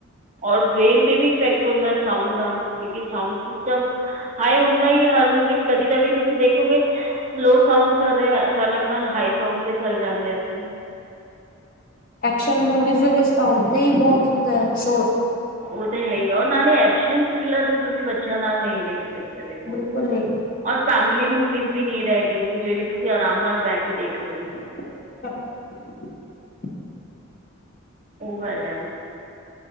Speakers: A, on the right; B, on the left.
A: ਔਰ ਬ੍ਰੇਨ ਤੇ ਵੀ ਇਫੈਕਟ ਹੁੰਦਾ ਸਾਉਡ ਦਾ ਕਿਉਕਿ ਸਾਉਡ ਸਿਸਟਮ ਹਾਈ ਹੂੰ ਦਾ ਈ ਹੈ ਹਰ ਮੂਵੀ ਚ ਕਦੀ-ਕਦੀ ਤੁਸੀਂ ਦੇਖੋਗੇ ਸਲੋ ਸਾਊਂਡ ਚਲ ਰਿਆ ਅਚਾਨਕ ਨਾਲ ਹਾਈ ਸਾਊਂਡ ਤੇ ਚੱਲ ਜਾਂਦੇ ਸੀ।
B: ਐਕਸ਼ਨ ਮੂਵੀਜ਼ ਦੇ ਵਿੱਚ ਤਾਂ ਉਦਾਂ ਹੀ ਬੋਹਤ ਹੁੰਦਾ ਸ਼ੋਰ।
A: ਉਹ ਤੇ ਹੈ ਹੀ ਆ ਔਰ ਨਾਲੇ ਐਕਸ਼ਨ ਥਰਿਲਰ ਤੇ ਤੁਸੀਂ ਬੱਚਿਆਂ ਨਾਲ ਨਈ ਦੇਖ ਅੱਛਾ ਦੇਖੋ
B: ਬਿਲਕੁਲ ਨਹੀਂ
A: ਔਰ ਫੈਮਿਲੀ ਮੂਵੀਜ਼ ਵੀ ਨੀ ਰਹਿ ਗਈ ਕੇ ਜੇੜੀ ਤੁਸੀਂ ਆਰਾਮ ਨਾਲ ਬੇਹ ਕੇ ਦੇਖ ਲੌ।
B: <unintelligible>
A: ਉਹ ਗੱਲ ਐ।